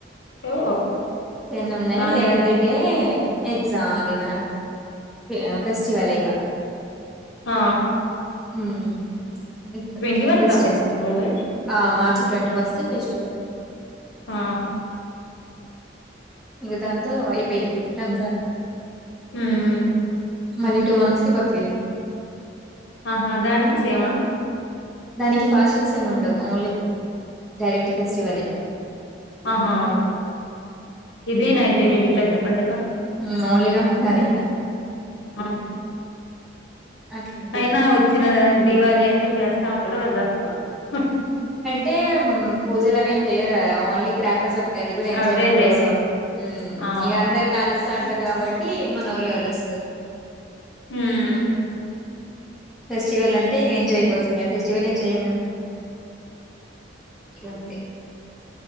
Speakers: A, on the left; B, in the centre.
A: ఓ
B: టెన్ ఉన్నయ్
A: బానే
B: లెవెంత్ డే ఎగ్జా అది మన ఆ ఫెస్టివలే ఇగ
A: ఆ
B: హ్మ్ <unintelligible>
A: ట్వంటీ వన్ కా ఫెస్టివల్
B: ఆ మార్చ్ ట్వంటీ ఫస్ట్ ఫెస్టివల్
A: ఆ
B: ఇంక దాంతో అయిపోయింది రంజాన్
A: హ్మ్
B: మళ్లీ టూ మంత్స్ కి బక్రీద్
A: ఆహా దానికి సేమ
B: దానికి ఫాస్టింగ్స్ ఏమి ఉండవు, ఓన్లీ డైరెక్ట్ ఫెస్టివలే
A: ఆహా ఇదేనా దేమీది పెద్ద పండగ
B: ఉమ్ ఓన్లీ రంజానే ఇగ
A: ఆ
B: అట్లుంటది
A: అయినా వచ్చిన దివాళి అన్ని చేస్త స్త ఉంటారు కదా ఉహ్
B: టే మ్ పూజలవేమి చేయరు కదా ఓన్లీ క్రాకర్స్ ఒక అది గూడా ఎంజాయ్మెంట్
A: అదేలే
B: కోసం హ్మ్
A: ఆ
B: ఇంగ అందరు కాలుస్తాంటార్ కాబట్టి మనోళ్ళు గాలుస్తారు
A: ఊమ్
B: ఫెస్టివల్ అంటే ఇగ ఎంజాయ్ కోసమే ఫెస్టివల్ ఏం చెయ్యమ్ మేమ్ ఇగంతే